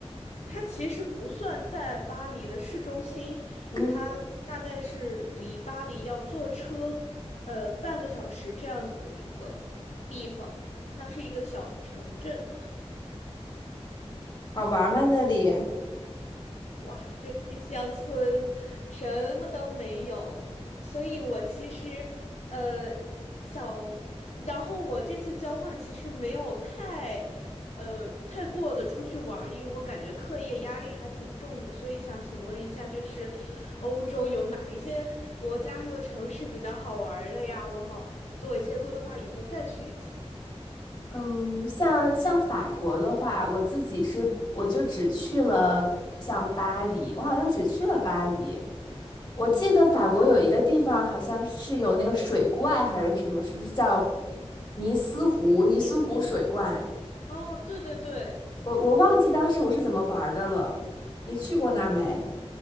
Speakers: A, on the left; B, on the left.
A: 它其实不算在巴黎的市中心，
B: 嗯，
A: 它大概是离巴黎要坐车呃半个小时这样子的一个地方，它是一个小城镇。
B: 好玩吗那里？
A: 哇，就是乡村，什么都没有，所以我其实呃想，然后我这次交换其实没有太呃太过的出去玩儿因为我感觉课业压力还挺重的，所以想请问一下，就是欧洲有哪一些国家还有城市比较好玩儿的呀？我好做一些规划，以后再去一次。
B: 嗯，像像法国的话，我自己是我就只去了像巴黎，我好像只去了巴黎。我记得法国有一个地方好像是有那个水怪还是什么，是不是叫尼斯湖？尼斯湖水怪，
A: 尼斯。哦，对对对，
B: 我我忘记当时我是怎么玩儿的了。
A: 我。
B: 你去过那儿没？